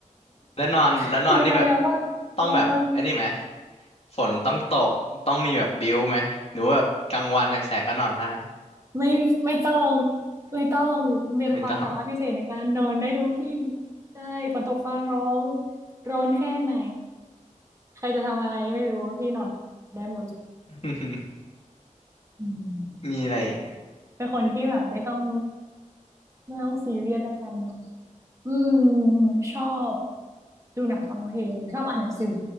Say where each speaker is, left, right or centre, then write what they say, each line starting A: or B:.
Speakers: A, on the left; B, on the right.
A: แล้วนอนแล้วนอนนี่แบบ
B: <laughs> กิจกรรมยามว่างนอน
A: ต้องแบบไอ้นี่ไหมฝนต้องตกต้องมีแบบบิ้วไหมหรือว่าแบบกลางวันแสกๆก็นอนได้
B: ไม่ไม่ต้องไม่ต้องเป็นความสามารถพิเศษในการนอนได้ทุกที่
A: <laughs> ไม่ต้อง
B: ใช่ฝนตกฟ้าร้องร้อนแค่ไหนใครจะทำอะไรไม่รู้พี่นอนได้หมดเลย
A: <laughs>
B: อืม
A: มีอะไรอีกอะ
B: เป็นคนที่แบบไม่ต้องไม่ต้องซีเรียสเรื่องการนอนอืมชอบดูหนังฟังเพลงชอบอ่านหนังสือ